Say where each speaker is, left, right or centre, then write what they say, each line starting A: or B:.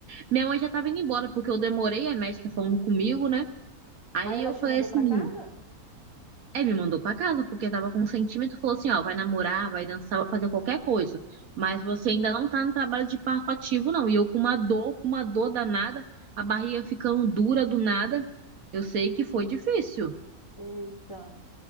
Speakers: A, on the right (about 70°); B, on the left (about 20°).
A: Minha mãe já tava indo embora, porque eu demorei, a médica falando comigo, né? Aí
B: Aí ela
A: eu
B: te
A: falei
B: mandou
A: assim,
B: para casa?
A: aí me mandou pra casa, porque tava com um sentimento, falou assim, ó, vai namorar, vai dançar, vai fazer qualquer coisa. Mas você ainda não tá no trabalho de parto ativo, não. E eu com uma dor, com uma dor danada, a barriga ficando dura do nada. Eu sei que foi difícil,
B: Eita.